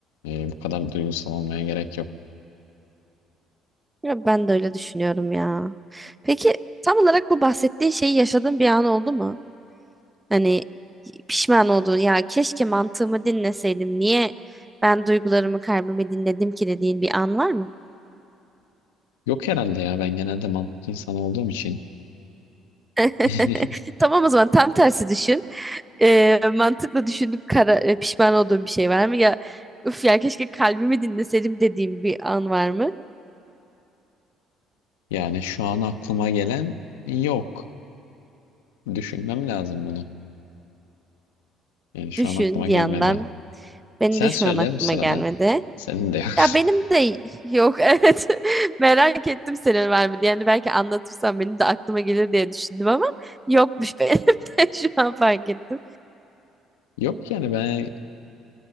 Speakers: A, on the left; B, on the right.
A: e, bu kadar duygusal olmaya gerek yok.
B: Ya ben de öyle düşünüyorum ya. Peki tam olarak bu bahsettiğin şeyi yaşadığın bir an oldu mu? Hani pişman olduğun ya keşke mantığımı dinleseydim. Niye ben duygularımı kalbimi dinledim ki dediğin bir an var mı?
A: Yok herhalde ya ben genelde mantık insanı olduğum için.
B: <laughs>
A: <laughs>
B: Tamam o zaman tam tersi düşün. Ee, mantıkla düşünüp kara, e, pişman olduğun bir şey var mı? Ya üf ya keşke kalbimi dinleseydim dediğim bir an var mı?
A: Yani şu an aklıma gelen yok. Düşünmem lazım bunu. Yani şu
B: Düşün
A: an aklıma
B: bir
A: gelmedi.
B: yandan. Benim
A: Sen
B: de şu
A: söyle
B: an aklıma
A: bu sırada.
B: gelmedi.
A: Senin de yok.
B: Ya benim de yok <laughs> evet. Merak ettim senin var mı diye. Yani belki anlatırsan benim de aklıma gelir diye düşündüm ama yokmuş benim <laughs> de şu an fark ettim.
A: <laughs> Yok yani ben